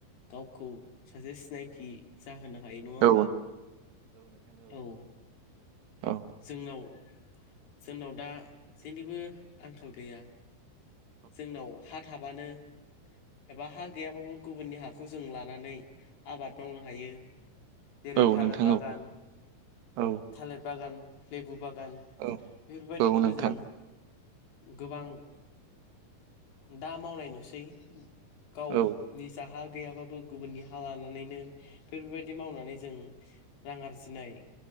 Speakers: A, on the left; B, on the right.
A: गावखौ सासे सिनायथि जाहोना हायो नङा होमबा
B: औ
A: औ
B: औ
A: जोंनाव जोंनाव दा जेनिबो आंखाल गैया। जोंनाव हा थाबानो एबा हा गैयाबाबो गुबुननि हाखौ जों लानानै आबाद मावनो हायो। जेरै
B: औ
A: थालिर
B: नोंथां
A: बागान
B: औ औ
A: थालिर बागान लेबु बागान
B: औ
A: बेफोरबायदिखौबो
B: औ नोंथां
A: जों गोबां दा मावनाय नुसै। गाव
B: औ
A: निजा हा गैयाबाबो गुबुननि हा लानानैनो बेफोरबायदि मावनानै जों रां आरजिनाय